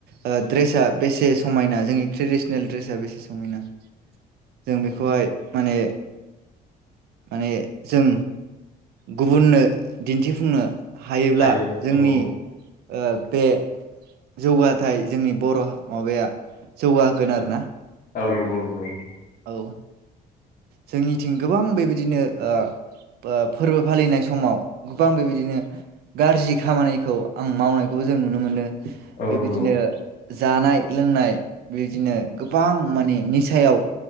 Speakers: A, on the right (about 70°); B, on the left (about 55°).
A: ओ ड्रेसा बेसे समायना जोंनि ट्रेडिसनेल ड्रेसा बेसे समायना जों बेखौहाय माने माने जों गुबुननो दिन्थिफुंनो। हायोब्ला
B: हायो
A: जोंनि
B: औ औ
A: ओ बे जौगाथाय जोंनि बर'ह माबाया जौगाहोगोन आरोना।
B: औ नंगौ नंगौ नंगौ।
A: औ। जोंनिथिं गोबां बेबायदिनो ओ ओ फोरबो फालिनाय समाव गोबां बेबायदिनो गारजि खामानिखौ आं मावनायखौबो जों नुनो मोनो।
B: औ
A: बेबायदिनो।
B: नंगौ
A: जानाय लोंनाय बिदिनो गोबां माने निसायाव